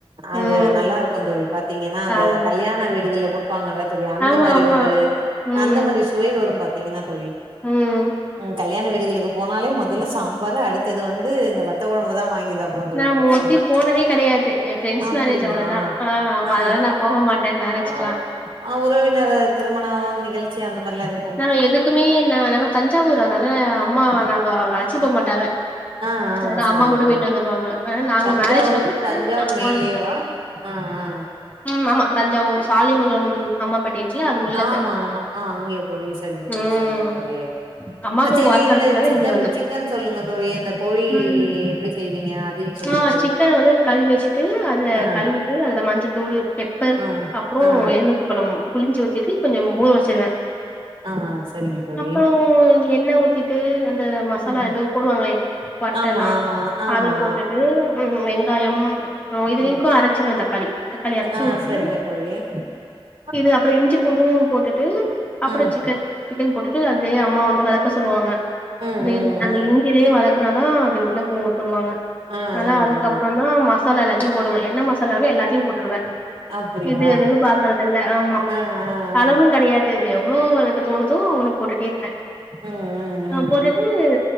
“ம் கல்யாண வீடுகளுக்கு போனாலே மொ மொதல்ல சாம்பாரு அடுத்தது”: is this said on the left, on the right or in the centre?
Right